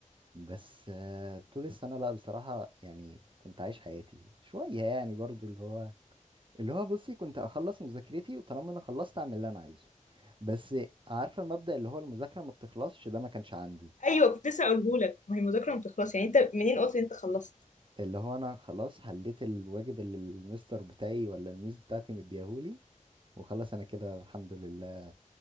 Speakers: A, on the right; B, on the left.
A: بس آه، طول السنه لا بصراحه يعني كنت عايش حياتي شويه يعني برضو اللي هو اللي هو بصي كنت اخلص مذاكرتي وطالما انا خلصت اعمل اللي انا عايزه بس عارفه مبدأ اللي هو المذاكره ما بتخلصش ده ما كانش عندي
B: ايوه كنت لسه اقولهولك ما هي المذاكره ما بتخلص يعني انت منين قلت ان انت خلصت
A: اللي هو انا خلاص حليت الواجب اللي المستر بتاعي ولا الميس بتاعتي مديهولي وخلاص انا كده الحمد لله